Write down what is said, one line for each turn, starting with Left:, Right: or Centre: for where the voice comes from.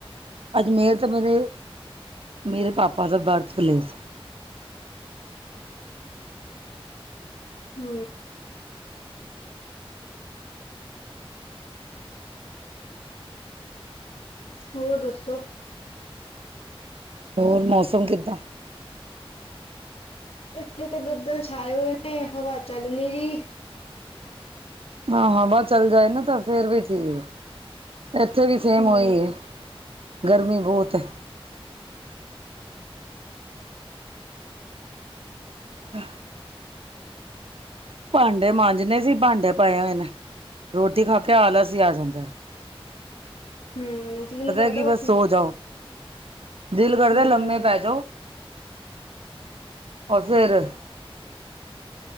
Right: ਅਜਮੇਰ ਤਾਂ ਮੇਰੇ ਮੇਰੇ ਪਾਪਾ ਦਾ ਬਰਥ ਪਲੇਸ।
Left: ਹੂੰ। ਹੋਰ ਦੱਸੋ?
Right: ਹੋਰ ਮੌਸਮ ਕਿੱਦਾਂ?
Left: ਇੱਥੇ ਤੇ ਬੱਦਲ ਛਾਏ ਹੋਏ ਨੇ ਹਵਾ ਚੱਲ ਨੀ ਰੀ।
Right: ਹਾਂ-ਹਾਂ, ਹਵਾ ਚੱਲ ਜਾਏ, ਨਾ ਤਾਂ ਫੇਰ ਵੀ ਠੀਕ। ਇੱਥੇ ਵੀ ਸੇਮ
Left: ਹਮ
Right: ਉਹੀ ਏ। ਗਰਮੀ ਬਹੁਤ ਹੈ। ਅੱਛਾ। <unintelligible> ਭਾਂਡੇ ਮਾਂਜਣੇ ਸੀ। ਭਾਂਡੇ ਪਾਏ ਹੋਏ ਨੇ ਰੋਟੀ ਖਾ ਕੇ ਆਲਸ ਹੀ ਆ ਜਾਂਦੈ।
Left: ਹੂੰ ਜੀਅ ਨਹੀਂ ਕਰਦਾ
Right: ਕਿ ਬਸ
Left: ਉੱਠਣ
Right: ਸੋ
Left: ਦਾ।
Right: ਜਾਓ। ਦਿਲ ਕਰਦੈ
Left: ਹਮ
Right: ਲੰਮੇ ਪੈ ਜਾਓ। ਔਰ ਫਿਰ।